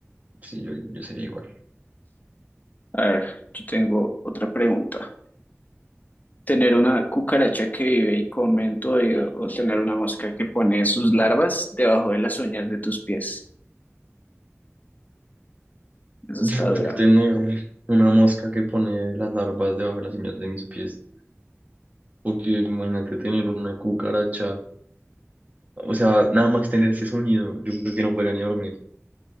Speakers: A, on the right; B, on the left.
A: sí, yo, yo sería igual.
B: A ver, yo tengo otra pregunta. tener una cucaracha que vive y come en tu oído o tener una mosca que pone sus larvas debajo de las uñas de tus pies. Eso
A: Yo
B: está dura.
A: creo que tener una mosca que pone las larvas debajo de las uñas de mis pies. Porque imagínate tener una cucaracha O sea, nada más tener ese sonido, yo creo que no podría ni dormir.